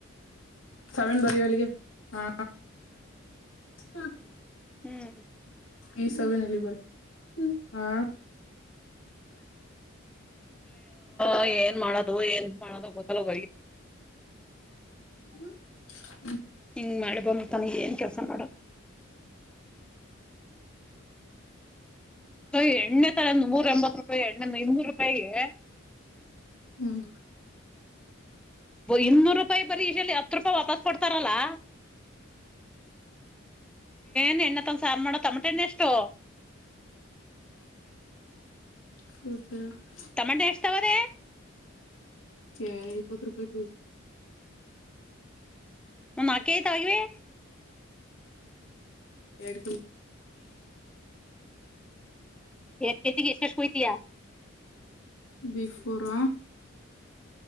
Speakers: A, on the left; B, in the centre.
A: Saavn ಬರಿ ಹೊಲ್ಲಿಗೆ ಹಾ ಹ
B: ಹ್ಮ್
A: ಈ ಸವಿನಲ್ಲಿ ಬರ ಹ
B: ಅಯ ಏನ್ ಮಾಡದು ಏನ್ ಮಾಡದು ಗೊತ್ತಲ
A: ಹ್ಮ <inaudible>
B: ಹಿಂಗ್ ಮಾಡಿ ಬ ತನ್ ಏನ್ ಕೆಲ್ಸ ಮಾಡ ಸ ಎಣ್ಣೆ ತರ ನೂರ ಎಂಬತ್ ರೂಪಾಯಿ ಎಣ್ಣನ್ನು ಇನ್ನೂರು ರೂಪಾಯಿಗೆ
A: ಹ್ಮ್
B: ಇನ್ನೂರು ರೂಪಾಯಿ ಬರೀ ಈಲ್ಲಿ ಹತ್ತು ರೂಪಾಯಿ ವಾಪಸ್ ಕೊಡ್ತಾರಲ್ಲಾ ನ್ ಎ್ಣ ತ ಸಾರಮ್ಮ ತಮಿ ಮತ್ತನ್ನ ಎಷ್ಟೋ
A: ಹ ಸ <inaudible>
B: ತಮಂಟೆ ಎಷ್ಟ್ತಾವದೇ
A: ಕೆ ಇಪ್ಪತ್ತು ರೂಪಾಯ ಕಿ
B: ಒಂದು ನಾಲ್ಕ್ ಕೆಜಿ ತಗೊಳುವೆ
A: ಎಡು ಕು
B: ಎ ಕೆತಿಗೆ ಎ ಶೇಷ ಕತಿಯಾ <inaudible>
A: ಬಿಫೋರ